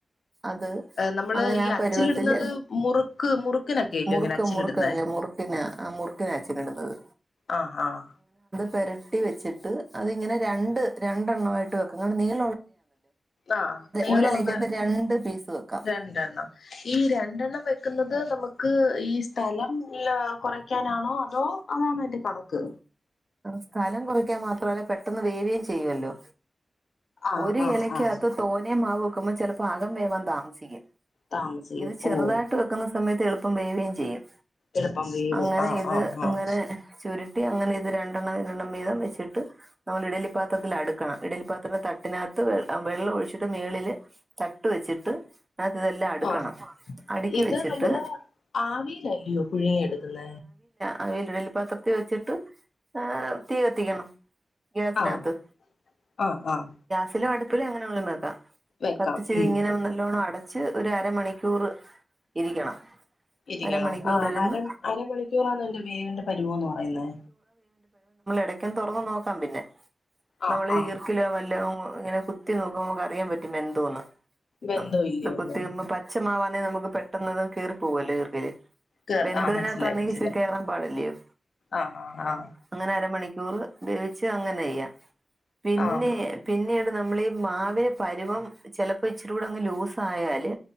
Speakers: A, on the right; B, on the left.
A: അത്
B: നമ്മള്
A: അങ്ങനെ
B: ഈ
A: ആ
B: അച്ചിലിടുന്നത്
A: പരുവത്തില്
B: മുറുക്ക് മുറുക്കിനൊക്കെയല്ലോ
A: മുറുക്ക്മുറുക്കില്ലെ
B: ഇങ്ങനെ അച്ചിലിടുന്നേ
A: മുറുക്കിന മുറുക്കിന അച്ചിൽ ഇടുത്തത്
B: ആഹ് ആഹ്
A: പരട്ടി വെച്ചിട്ട് അതിങ്ങനെ രണ്ട് രണ്ടെണ്ണവായിട്ട് വെക്കും ഇങ്ങനെ നീ <unintelligible>
B: ആഹ് നീളമുള്ള
A: ഒരിലയ്ക്കകത്ത് രണ്ട് പീസ് വെക്കാം
B: രണ്ടെണ്ണം ഈ രണ്ടെണ്ണം വെക്കുന്നത് നമുക്ക് ക്ക് ഈ സ്ഥലം കുറക്കാൻ നണോ അതോ അതാണൊ അതിൻ്റെ കണക്ക്
A: സ്ഥലം കുറയ്ക്കാൻ മാത്രവല്ല പെട്ടെന്ന് വേവയും ചെയ്യുമല്ലോ
B: ആഹ്
A: ഒരു
B: ആഹ്
A: ഇലക്കകത്ത്
B: ആഹ്
A: തോനെ മാവ് ആക്കുമ്പം ചിലപ്പോ അകം വേവൻ താമസിക്കും
B: താമസിക്കും
A: ഇത് ചെറുതായിട്ട്
B: ഓ
A: വെക്ക സമയത്ത് എളുപ്പം വേവുവേം ചെയ്യും
B: എളുപ്പം വേവും
A: അങ്ങനെ
B: ആഹ്
A: ഇത്
B: ആഹ്
A: അങ്ങനെ
B: ആഹ്
A: ചുരുട്ടി അങ്ങനെ ഇത് രണ്ട് രണ്ടെണ്ണം രണ്ടെണ്ണം വീതം വെച്ചിട്ട് നമ്മൾ ഇഡ്ഡലിപാത്രത്തിൽ അടുക്കണം ഇഡ്ഡലിപത്ര- അതിനകത്ത് വെ വെള്ളം ഒഴിച്ചിട്ട് മേളില് തട്ട് വെച്ചിട്ട് ഇതെല്ലാം അടുക്കണം
B: ആഹ്
A: അടുക്കി
B: ഇത്
A: വെച്ചിട്ട്
B: നമ്മള് ആവിയിലല്ലയോ പുഴുങ്ങി എടുക്കുന്ന
A: ആ വെല്ലു വെല്ലുപാത്രത്തിൽ വെച്ചിട്ട് ആ തീ കത്തിക്കണം ഗ്യാസിനകത്ത്
B: ആഹ് ആഹ് ആഹ്
A: സിലും അടുപ്പിലും എങ്ങനെ <unintelligible> വെക്കാ
B: വെക്കാം
A: കത്തിച്ചത്
B: ഉം
A: ഇങ്ങനെ നല്ലോണം അട ച്ച് ഒര് അരമണിക്കൂർ ഇരിക്കണം
B: ഇരിക്കണം
A: അരമണിക്കൂർ
B: ആ
A: ഇരുന്ന്
B: അര അരമണിക്കൂറാണൊ ഈൻ്റെ വേവിന്റെ പരിവോന്ന് പറയ്ന്നേ
A: എടക്കൊന്ന് തൊറന്ന് നോക്കാം പിന്നെ
B: ആഹ്
A: നമ്മള്
B: ആഹ്
A: ഈർക്കിലോ വ ല്ലൊ ഉം ഇങ്ങനെ കുത്തി നോക്കുമ്പൊ നമ്മക്കറിയാൻ പറ്റും വെന്തോന്ന്
B: വെന്തോ
A: നമ്മള്
B: ഇല്ലയോന്ന്
A: ഇത് കുത്തി <unintelligible> പച്ചമാവാ ന്നെ നമുക്ക് പെട്ടന്നത് കീറി പോവല്ലെ ഈർക്കിലി
B: കേർ
A: വെന്തതിനാത്ത്
B: ആ മനസ്സിലായി
A: <unintelligible>
B: മനസ്സിലായി
A: കേറാൻ പാടില്ലയോ
B: ആഹ് ആഹ്
A: അങ്ങനെ അരമണി ടൂറ് ദേവിച്ചേ അങ്ങനെയ്യ പിന്നെ
B: ആഹ് ആഹ്
A: പിന്നീട് നമ്മളി ഈ മാവെ പരുവം ചെലപ്പ ഇച്ചിരൂടങ്ങ് ലൂസായാല്